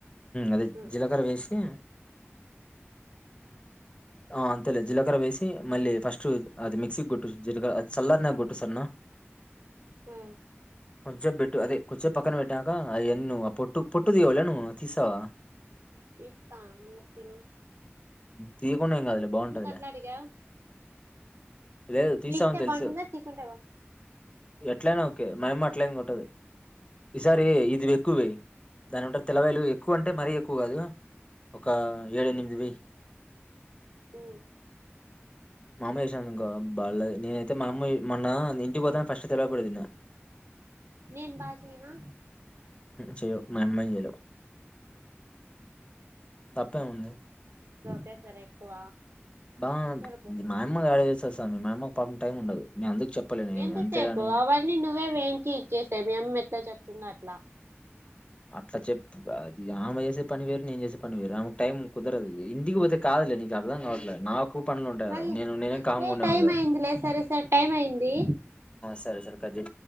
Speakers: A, on the left; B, on the right.
A: అదే
B: ఆ
A: జీలకర వేసి ఆ అంతేలే జీలకర్ర వేసి మళ్ళీ ఫస్ట్ అది మిక్సీకి కొట్టుు జీలకర్ర చల్లరి నాక కొట్టు సరె నా
B: అ
A: కొంచేపు బేట్టు అదే కొంచెం పక్కన పెట్టాక అ ఎన్ను పొట్టు పొట్టు తీయవలె నువ్వు తీసావా
B: తీస్తా ఎందుకు
A: తీ కునంకదులే బాగుంటదిలే
B: అట్లా అడిగావ్
A: లేదు తీసావని
B: తీస్తే
A: తెలుసు
B: బాగుంటుందా తీకుంటే బా
A: ఎట్లనా ఓకే మాయమ్మ అట్లం కొట్టదు ఈసారి ఇది వె ఎక్కువే దానింటారు తెలవాేలు ఎక్కువ అంటే మరీ ఎక్కువ కాదు ఒక ఏడు ఎనిమిది వెయ్యి్
B: అ
A: మా అమ్మ వసాను ఇంకా బళ్ళ నేనైతే మా అమ్మ మొన్న ఇంటికి పోతాని ఫస్ట్ తెలియపడదిన్న
B: నేను బాచెయ్నా
A: చెయవు మా అమ్మని చెయలే తప్పేముంది
B: పేసారా ఎక్కువ
A: బా
B: సరిపోతుంది
A: మాయమ్మ డ చేస్తస్తా మీ మామ్మ టైమ్ టైం ఉండదు నేను అందుకు చెప్పలేను ఏమి.
B: ఎంత
A: అంతే
B: సేపు
A: అని
B: అవీఅన్ని నువ్వే వెంచి <unintelligible> చెప్తుంధో అట్లా
A: అట్లా చెప్ అది ఆమె చేసే పనివెరు నను చేసే పనివెరు ఆమెకు టైమ్ కుదరదు ఇంటికి పోతే కాదు అర్థం కావట్లేదు నాకు పనులు ఉంటాయి
B: మళ్ళీ
A: కదా నేను నేనే కామ్
B: ఏ
A: గా ఉండనులే
B: టైం అయిందిలే సరే సరే టైం అయింది
A: సరే సరే కట్ చే